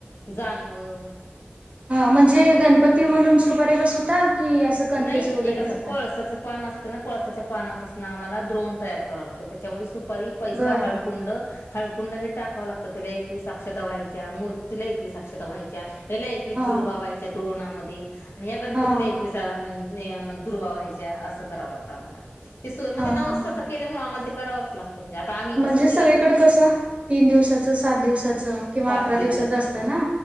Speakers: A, on the left (about 85°); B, on the right (about 30°).
A: जाणव
B: हा म्हणजे गणपती म्हणून सुपारी बसवता, की असं कणकेचं
A: नाही
B: वगैरे
A: एक
B: करता?
A: असं पळसाचं पान अस त ना पळसाच्या पानापासून आम्हाला द्रोण तयार कराव लागतं, त्याच्यामध्ये सुपारी, पैसा,
B: बरं
A: हळकुंड हळकुंड हे टाकावं लागतं त्याले, एकवीस अक्षदा व्हायच्या, मूर्तीला एकवीस अक्षदा व्हायच्या. याला एकवीस
B: हा
A: दुर्वा व्हायच्या द्रोवणामध्ये आणि या गणपतीला
B: हा
A: एकवीस अम यन दूर्वा व्हायच्या असं करावं लागतं आम्हाला, ते स
B: हा
A: नवसाचं
B: हा हा
A: केल्या आम्हाला ते करावंच लागत. तं म्हणजे आता आम्ही
B: म्हणजे
A: कसं दिरात
B: सगळीकड कसं तीन दिवसाचं, सात दिवसाचं किंवा
A: पाच
B: अकरा
A: दिवसाचं
B: दिवसाच असतं ना.